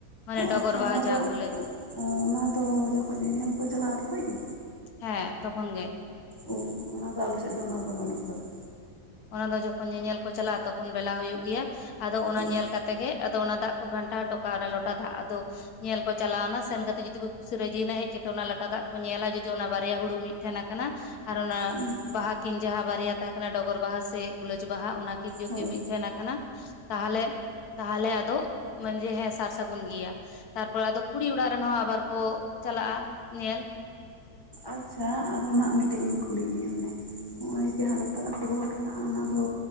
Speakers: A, on the left; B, on the left.
A: ᱢᱟᱱᱮ ᱰᱚᱜᱚᱨ
B: ᱟᱪᱪᱷᱟ
A: ᱵᱟᱦᱟ
B: ᱚᱱᱟ
A: ᱡᱟᱦᱟᱸ
B: ᱫᱚ
A: ᱠᱚ ᱞᱟᱹᱭ ᱾
B: ᱚ ᱚᱱᱟ ᱫᱚ ᱡᱚᱠᱷᱚᱡ ᱧᱮ-ᱧᱮᱞ ᱠᱚ ᱪᱟᱞᱟᱜᱼᱟ ᱛᱚᱠᱷᱚᱡ ᱜᱮ?
A: ᱦᱮᱸ ᱛᱚᱠᱷᱚᱱ ᱜᱮ ᱾
B: ᱚ, ᱚᱱᱟ ᱫᱚ ᱟᱞᱮ ᱥᱮᱫ ᱫᱚ ᱚᱱᱟ ᱫᱚ ᱵᱟᱹᱱᱩᱜ ᱟᱠᱟᱫᱟ ᱾
A: ᱚᱱᱟ ᱫᱚ ᱡᱚᱠᱷᱚᱱ ᱧᱮ-ᱧᱮᱞ ᱠᱚ ᱪᱟᱞᱟᱜᱼᱟ ᱛᱚᱠᱷᱚᱱ ᱵᱮᱞᱟ ᱦᱩᱭᱩᱜᱳ ᱜᱮᱭᱟ ᱾ ᱟᱫᱚ ᱚᱱᱟ
B: ᱦᱳᱭ
A: ᱧᱮᱞ ᱠᱟᱛᱮ ᱜᱮ ᱟᱫᱚ ᱚᱱᱟ ᱫᱟᱜ ᱠᱚ ᱜᱷᱟᱱᱴᱟ ᱦᱚᱴᱚ ᱠᱟᱜᱼᱟ ᱚᱱᱟ ᱞᱚᱴᱟ ᱫᱟᱜ ᱟᱫᱚ ᱧᱮᱞ ᱠᱚ ᱪᱟᱞᱟᱣᱱᱟ ᱥᱮᱱ ᱠᱟᱛᱮ ᱡᱩᱫᱤ ᱠᱚ ᱠᱩᱥᱤ ᱨᱟᱹᱡᱤᱭᱮᱱᱟ ᱦᱮᱡ ᱠᱟᱛᱮᱫ ᱚᱱᱟ ᱞᱟᱴᱟ ᱫᱟᱜ ᱠᱚ ᱧᱮᱞᱟ ᱡᱩᱫᱤ ᱚᱱᱟ ᱵᱟᱨᱭᱟ ᱦᱩᱲᱩ ᱢᱤᱫᱴᱷᱮᱱ ᱟᱠᱟᱱᱟ ᱟᱨ ᱚᱱᱟ
B: ᱦᱳᱭ
A: ᱵᱟᱦᱟ ᱠᱤᱱ ᱡᱟᱦᱟᱸ ᱵᱟᱨᱭᱟ ᱛᱟᱦᱮᱸ ᱠᱟᱱᱟ ᱰᱚᱜᱚᱨ ᱵᱟᱦᱟ ᱥᱮ ᱜᱩᱞᱟᱹᱡᱽ ᱵᱟᱦᱟ ᱚᱱᱟᱠᱤᱱ ᱡᱩᱫᱤ
B: ᱦᱳᱭ
A: ᱢᱤᱫᱴᱷᱮᱱ ᱟᱠᱟᱱᱟ ᱛᱟᱦᱚᱞᱮ ᱛᱟᱦᱚᱞᱮ ᱟᱫᱚ ᱢᱟᱱᱮ ᱡᱮ ᱦᱮᱸ ᱥᱟᱨ ᱥᱟᱹᱜᱩᱱ ᱜᱮᱭᱟ ᱾ ᱛᱟᱨᱯᱚᱨᱮ ᱟᱫᱚ ᱠᱩᱲᱤ ᱚᱲᱟᱜ ᱨᱮᱱ ᱦᱚᱸ ᱟᱵᱟᱨ ᱠᱚ ᱪᱟᱞᱟᱜᱼᱟ ᱧᱮᱞ ᱾
B: ᱟᱪᱪᱷᱟ ᱟᱨᱚ ᱱᱟᱜ ᱢᱤᱴᱤᱡ ᱤᱧ ᱠᱩᱞᱤᱭᱮᱫ ᱢᱮᱭᱟ ᱢᱟᱱᱮ ᱱᱚᱜ-ᱚᱭ ᱡᱟᱦᱟᱸ ᱞᱚᱴᱟ ᱫᱟᱜ ᱠᱚ ᱫᱚᱦᱚ ᱦᱚᱴᱚ ᱠᱟᱜᱼᱟ ᱚᱱᱟ ᱫᱚ